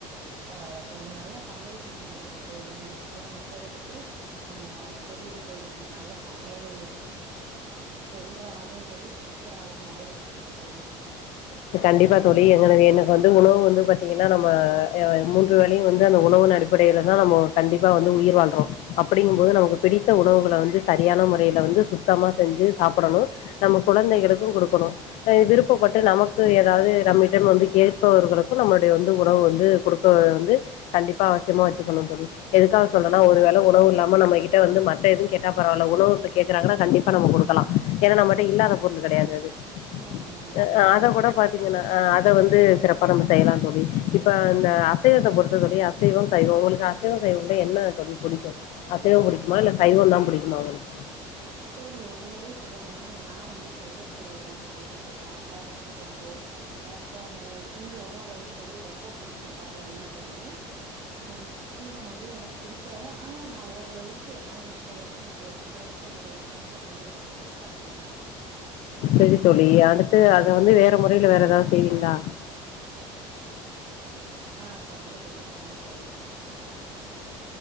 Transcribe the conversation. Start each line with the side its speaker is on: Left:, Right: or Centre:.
Right: பரவாயில்ல தோழி நல்லா சமையல் செய்வீங்க பாத்து தோழி நீங்க செய்யற மெத்தடு பாத்து ஆ தெரியுது தோழி நீங்க நல்ல சமையல் சொல்ற ஆளு சரி சமைக்கிற ஆளுமாவே இருக்கிறீங்க தோழி
Left: கண்டிப்பா தோழி எது எனக்கு வந்து உணவு வந்து பாத்தீங்கன்னா நம்ம மூன்று வேலையு வந்து அந்த உணவு நடிப் படில தா நம்ம கண்டிப்பா வந்து உயிர் வாழ்றோ அப்டிங்போது
Right: ஆ
Left: நமக் பிடித்த உணவுகளை வந்து சரியான முறையில வந்து சுத்தமா செஞ்சு சாப்பிடணு நம்ம குழந்தைகளுக்கு குடுக்கணு விருப்பப்பட்டு
Right: க
Left: நமக் கு எதாவுது நம்மிடம் வந்து கேட்பவர்களுக்கு நம்மளுடைய வந்து உணவு வந்து குடுக்க வந்து கண்டிப்பா அவசியமா வச்சுக்குணு தோழி எதுக்காக
Right: க
Left: சொல்றனா ஒரு வேளை உணவு இல்லாம நம்ம கிட்ட வந்து மத்த எது கேட்டா பரவில்ல உணவு கேக்குறாங்கனா கண்டிப்பா நம்ம குக்கலா ஏனா நம்ம கிட்ட இல்லாத
Right: க
Left: பொருளு கெடையாது அது
Right: ஆமா ஆமா
Left: அ
Right: தோழி கண்டிப்பா
Left: அத கூட
Right: தோழி
Left: பாத்தீங்கன்னா அத வந்து சிறப்பா நம்ம செய்யலா தோழி இப்ப இந்த
Right: ம்
Left: அசைவத்தை பொறுத்தவரியு அசைவம் சைவம் உங்களுக்கு அசைவம் சைவம் என்ன தோழி புடிக்கு அசைவோ புடிக்குமா இல்ல சைவோ தா புடிக்குமா உங்களுக்கு
Right: தோழி உண்மையிலயே சொல்லணும்னா நா வந்து சைவப்ரியர் தா தோழி எனக்கு சாம்பார் வத்த கொழம்பு ரசோ மோர் இந்த உணவுகள் தா தோழி ரொம்ப புடிக்கு பாத்தீங்கன்னா தோழி அ அசைவம் வந்து எனக்கு பிடிக்காது ஆனா நா ஓரளவுக்கு என்னால முடிஞ்ச அளவுக்கு என்னோட கணவருக் க் என்னுடைய மகனுக்கு செஞ்சு குடுப்ப தோழி பாத்தீங்கன்னா
Left: செரி தோழி அடுத்து அத வந்து வேற மொறையில வேற எதாவுது செய்வீங்ளா
Right: ஆ சரிங்க தோழி சரிங்க தோழி